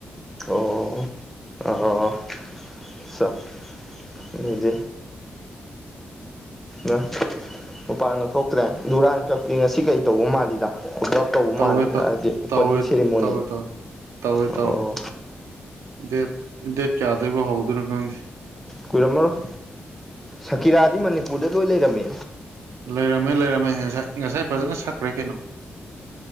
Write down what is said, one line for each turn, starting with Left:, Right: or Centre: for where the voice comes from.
Centre: ꯑꯣ ꯑꯣ ꯆꯥ ꯑꯗꯨꯗꯤ ꯎ ꯃꯄꯥꯟ ꯉꯥꯛ ꯊꯣꯛꯇ꯭ꯔꯦ ꯨꯔꯥꯟ ꯀꯞꯀꯤ ꯉꯁꯤ ꯀꯩ ꯇꯧꯕ ꯃꯥꯜꯂꯤꯗꯂꯞ ꯇꯧꯕ
Right: ꯇꯧꯋꯦ
Centre: ꯃꯥꯜꯂꯤꯦꯗ ꯍꯥꯏꯗꯤ ꯑꯣꯄꯅꯤꯡ
Right: ꯇꯧꯋꯦ
Centre: ꯁꯦꯔꯤꯃꯣꯅꯤ
Right: ꯇꯧꯋꯦ ꯇꯧꯋꯦ ꯇꯧꯋꯦ
Centre: ꯑꯣ
Right: ꯇꯧꯋꯦ ꯗꯦꯠ ꯗꯦꯠ ꯆꯥꯗꯣꯏꯐꯥꯎ ꯍꯧꯗꯣꯏꯅꯣ ꯈꯪꯗꯦ
Centre: ꯀꯨꯏꯔꯝꯃꯔꯣꯏ ꯁꯀꯤꯔꯥꯗꯤ ꯃꯅꯤꯄꯨꯔꯗ ꯂꯣꯏ ꯂꯩꯔꯝꯃꯦ
Right: ꯂꯩꯔꯝꯃꯦ ꯂꯩꯔꯝꯃꯦ ꯉꯁꯥꯏ ꯉꯁꯥꯏ ꯐꯖꯅ ꯁꯛꯈ꯭ꯔꯦ ꯀꯩꯅꯣ